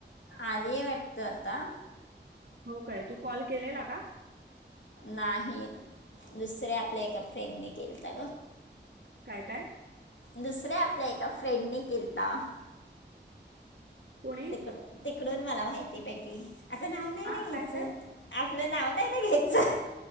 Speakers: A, on the left; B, on the right.
A: अली वाटत आता
B: हो काय तु कॉल केलेला का
A: नाही दुसऱ्या आपल्या एका फ्रेंडने केलता ग
B: काय काय
A: दुसऱ्या आपल्या एका फ्रेंडनी केलता
B: कोणी
A: तिकड तिकडून मला माहिती भेटली आता नाव नाही
B: आ
A: ना घ्यायच
B: काय काय
A: नाव नाही ना घ्याचच